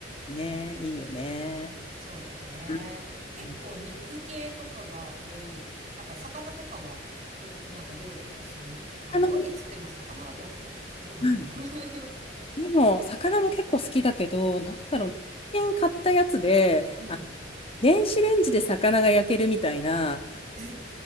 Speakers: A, on the left; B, on the right.
A: ね、いいよね。
B: そうだね。
A: う
B: 結構肉系とかが多いの。
A: ん
B: なんか魚とかは、どう、なんか料理とかするまあ料理つっても魚は焼くだけか。
A: 魚、
B: どうなんだろう。
A: うんでも、魚も結構好きだけど、なんだろう、
B: <laughs> うん。
A: 最近買ったやつで、
B: うん。
A: あ、電子レンジで魚が焼けるみたいな、
B: え、